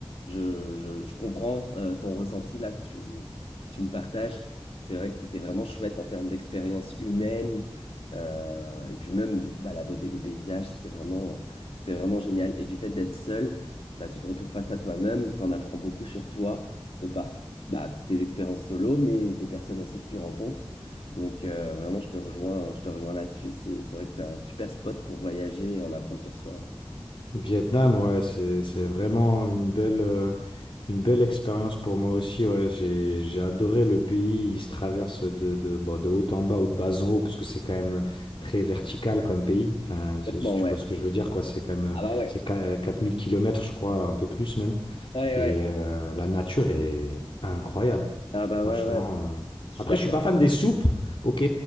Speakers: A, on the left (about 90°); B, on the left (about 65°).
A: je, je- je comprends euh, ton ressenti là que tu, que tu me partages. C'est vrai que c'était vraiment chouette en termes d'expérience humaine. Euh, et puis même, du coup, bah, la beauté des paysages, c'était vraiment, c'était vraiment génial. Et du fait d'être seul, bah, tu te retrouves face à toi-même, t'en apprends beaucoup sur toi de par bah, tes expériences solo, mais des personnes aussi que tu rencontres. Donc euh, vraiment, je te rejoins, je te rejoins là-dessus. C'est, c'est vrai que c'est un super spot pour voyager et en apprendre sur soi. Ouais.
B: Vietnam, ouais, c'est c'est vraiment une belle euh, une belle expérience pour moi aussi. Ouais, j'ai j'ai adoré le pays. Il se traverse de de bon, de haut en bas ou de bas en haut parce que c'est quand même euh, très vertical comme pays. Enfin,
A: Complètement,
B: si tu
A: ouais.
B: vois ce que je veux dire, quoi. C'est quand même
A: Ah
B: euh,
A: bah ouais.
B: c'est qua- euh, 4000 kilomètres, je crois, un peu plus même.
A: Ouais,
B: Et
A: ouais.
B: euh, la nature est incroyable,
A: Ah bah
B: franchement.
A: ouais, ouais.
B: euh.
A: Je suis
B: Après,
A: d'accord.
B: je suis pas fan des soupes, ok,